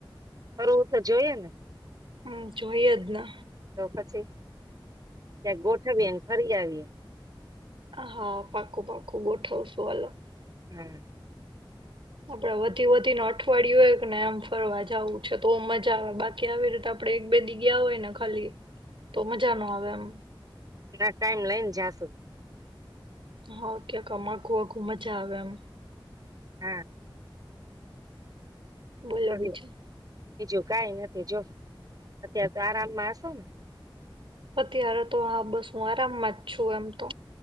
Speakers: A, on the right; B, on the right.
A: ફરવું તો જોઈએે ને!
B: હા જોઈએ જ ને.
A: તો પછી. ક્યાંક ગોઠવીએ. ફરી આવીએ.
B: હા પાકું પાકું ગોઠવશું <unintelligible>
A: હમ્મ.
B: આપણે વધી વધીને અઠવાડિયું હોય કેને આમ ફરવા જવું છે, તો મજા આવે બાકી આવી રીતે આપણેે એક બે જીગયા હોય ને ખાલી તો મજા ન આવે એમ.
A: એના ટાઈમ લઈને જાશું.
B: હા ક્યાંક <unintelligible> મજા આવે એમ.
A: હા.
B: બોલો
A: ફરી
B: બીજું.
A: બીજું કઈ નથી જો અત્યારે તો આરામમાં હશો, ને.
B: અત્યારે તો હા બસ હું આરામમાં જ છું, એમ તો.